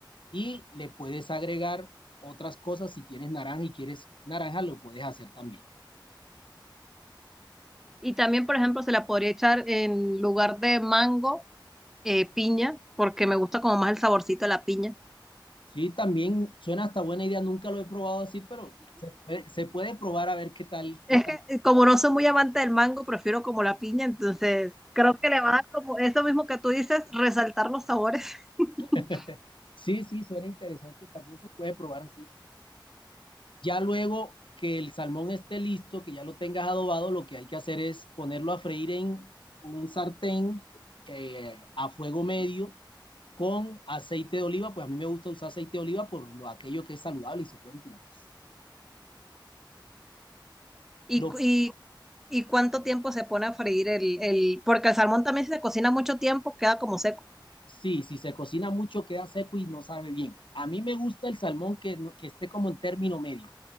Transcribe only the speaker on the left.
y le puedes agregar otras cosas. Si tienes naranja y quieres naranja, lo puedes hacer también.
Sí, también suena hasta buena idea. Nunca lo he probado así, pero se puede, se puede probar a ver qué tal, qué
tal.
<laughs> Sí, sí, suena interesante. También se puede probar así, sí. Ya luego que el salmón esté listo, que ya lo tengas adobado, lo que hay que hacer es ponerlo a freír en un sartén eh, a fuego medio con aceite de oliva. Pues a mí me gusta usar aceite de oliva por lo, aquello que es saludable y su cuento y la cosa.
Lo,
sí, si se cocina mucho queda seco y no sabe bien. A mí me gusta el salmón que, no- que esté como en término medio,